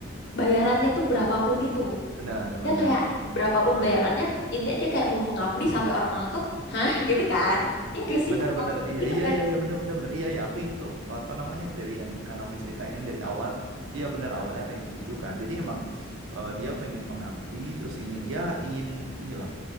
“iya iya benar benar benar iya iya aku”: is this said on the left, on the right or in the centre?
Right